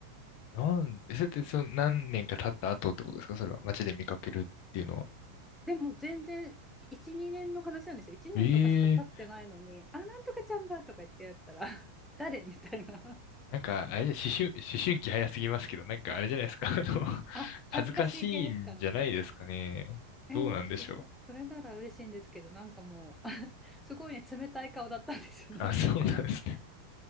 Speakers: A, on the left (about 45°); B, in the centre.
A: なん、えそれってその何年か経った後ってことですかそれは。街で見かけるっていうのは。
B: <laughs> でも全然、1、2年の話なんですよ。1年とかしか経ってないのに、
A: ええ
B: あ、なんとかちゃんだとか言ってやったら、<laughs> 誰みたいな。
A: なんか、あれじゃ、思春、思春期早すぎますけど、なんかあれじゃないですか、<laughs> あの、
B: あ、恥ずかしい系ですかね。
A: 恥ずかしいんじゃないですかね。
B: えーちょっとそれなら嬉しいんですけど、
A: どうなんでしょ
B: なんかもう <laughs> すごいね、冷たい顔だったんですよ。
A: う。
B: なんか
A: あ、そうなんですね。